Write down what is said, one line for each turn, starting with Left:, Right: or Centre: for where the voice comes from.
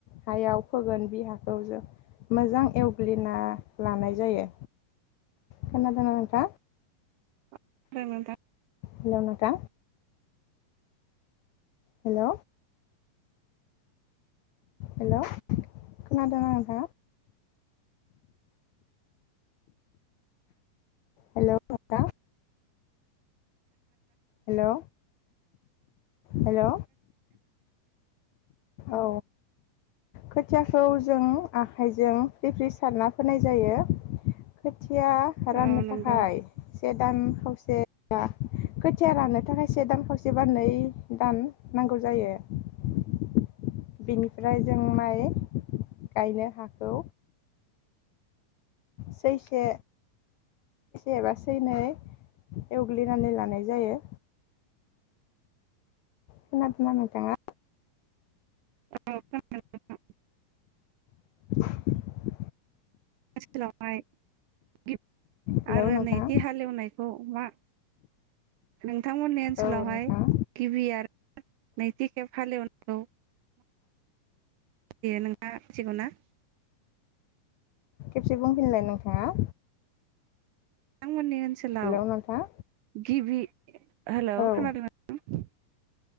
Left: हायाव फोगोन बि हाखौ जों मोजां एवग्लिना लानाय जायो खोनादों ना नोंथां
Right: खोनादों नोंथां
Left: हेलौ नोंथां हेलौ हेलौ खोनादों ना नोंथाङा हेलौ नोंथां हेलौ हेलौ औ खोथियाखौ जों आखाइजों फ्रि फ्रि सारना फोनाय जायो खोथिया राननो
Right: औ नंगौ
Left: थाखाय से दान खावसे बा खोथिया रानो थाखाय से दान खावसे बा नै दान नांगौ जायो <unintelligible> बेनिफ्राय जों माइ गायनो हागौ सैसे एबा सैनै एवग्लिनानै लानाय जायो खोनादों ना नोंथाङा
Right: औ खोनादों नोंथां
Left: <unintelligible>
Right: आथिखालावहाय गिबि
Left: हेलौ
Right: आरो
Left: नोंथाङा
Right: नैथि हालेवनायखौ मा <unintelligible> नोंथमोननि ओनसोलावहाय
Left: औ नोंथाङा
Right: गिबि आरो नैथि खेब हालेवनायाव दे नोंथाङा मिथिग ना
Left: खेबसे बुंफिनलाय नोंथाङा
Right: बिथांमोननि ओनसोलाव
Left: हेलौ नोंथाङा
Right: गिबि <unintelligible> हेलौ
Left: औ
Right: खोनादोंना